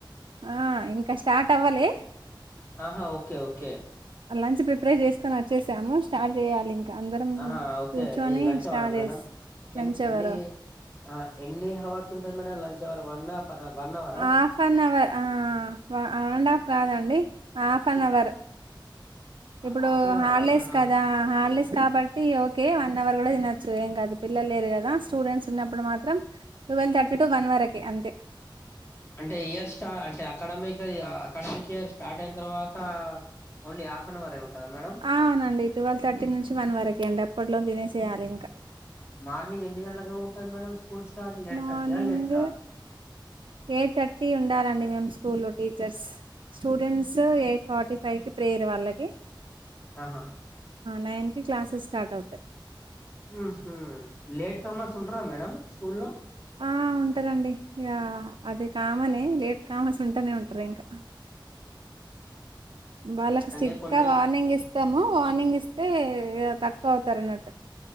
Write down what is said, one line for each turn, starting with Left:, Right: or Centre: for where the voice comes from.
Right: ఆ ఇంక స్టార్ట్ అవ్వలే
Left: అహా ఓకే ఓకే
Right: లంచ్ ప్రిపేర్ చేసుకొని వచ్చేసాము స్టార్ట్ చేయాలి ఇం క అందరం
Left: ఆహా ఓకే
Right: కూర్చుని
Left: ఈ లంచ్
Right: స్టార్ట్
Left: అవరా మేడం
Right: చేస్ లంచ్
Left: ఎన్
Right: అవరు
Left: ఎన్ని ఆ ఎన్ని హవర్స్ ఉంటది madam lunch hour one of one of
Right: half an hour ఆ వ వన్ అండ్ హాఫ్ కాదండి హాఫ్ అన్ అవర్ ఇప్పుడు
Left: హాఫ్ అన్
Right: హాలిడేస్
Left: అవరా మేడం
Right: కదా హాలిడేస్ కాబట్ ట్టి ఓకే వన్ అవర్ గూడ తినొచ్చు ఏం గాదు పిల్లలు లేరు గదా స్టూడెంట్స్ ఉన్నప్పుడు మాత్రం ట్వల్ థర్టీ టు వన్ వరకి అంతే
Left: అంటే ఇయర్ స్టా అంటే అకడమిక్ అకడమిక్ ఇయర్ స్టార్ట్ అయిన తర్వాతా ఒన్లీ హాఫ్ అన్ అవరే ఉంటదా మేడం
Right: ఆ అవునండి ట్వల్ థర్టీ నుంచి వన్ వరకే అండి అప్పట్లో తినేసేయాలి ఇంక
Left: మార్నింగ్ ఎన్ని గంటలుకు ఉంటది మేడం స్కూల్ స్టార్ట్ ఎయిట్
Right: మార్నింగ్
Left: థర్టీయా ఎయిట్కా
Right: ఎయిట్ థర్టీ ఉండాలండి మేము స్కూల్లో teachers students eight forty five కి ప్రేయర్ వాళ్ళకి
Left: ఆహా
Right: నైన్ కి క్లాసెస్ స్టార్ట్ అవుతయ్
Left: ఊహూ లేట్ కమర్స్ ఉంటరా మేడం స్కూల్లో
Right: ఆ ఉంటరండి ఇగా అది కామనే లేట్ కామర్స్ ఉంటనే ఉంటరు ఇంక వాళ్ళకు
Left: అంటే
Right: స్ట్రిట్గా
Left: కొన్ని
Right: వార్నింగ్ ఇస్తము వార్నింగ్ ఇస్తే తక్కువ అవుతారు అన్నట్టు